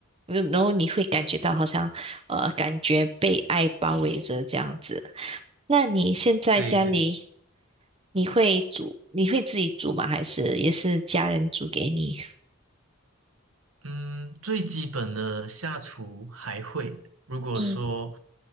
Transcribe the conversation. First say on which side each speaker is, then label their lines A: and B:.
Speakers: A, on the right; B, on the right.
A: 嗯然后你会感觉到好像呃感觉被爱包围着这样子。那你现在家里
B: 对对。对。
A: 你会煮，你会自己煮吗？还是也是家人煮给你？
B: 嗯，最基本的下厨还会。如果说
A: 嗯。